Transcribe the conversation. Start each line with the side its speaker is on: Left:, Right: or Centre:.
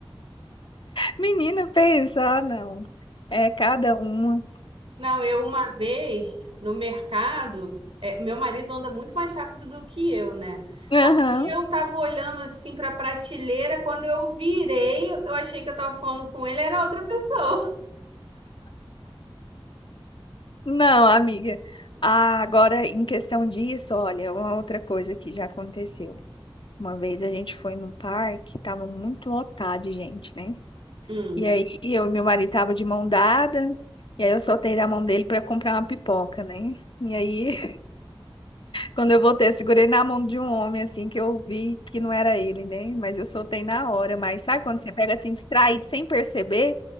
Left: Menina, pensa, ah, não. É cada uma.
Right: Não, eu uma vez no mercado, é, meu marido anda muito mais rápido do que eu, né?
Left: Aham.
Right: Aí eu tava olhando assim pra prateleira, quando eu virei, eu achei que eu tava falando com ele, era outra pessoa.
Left: Não, amiga. Ah, agora, em questão disso, olha, uma outra coisa que já aconteceu. Uma vez a gente foi num parque, tava muito lotado de gente, né?
Right: Hum,
Left: E aí eu e meu marido tava de mão dada, e aí eu soltei da mão dele para comprar uma pipoca, né? E aí Quando eu voltei, eu segurei na mão de um homem, assim, que eu vi que não era ele, né? Mas eu soltei na hora. Mas sabe quando você pega, assim, distraído, sem perceber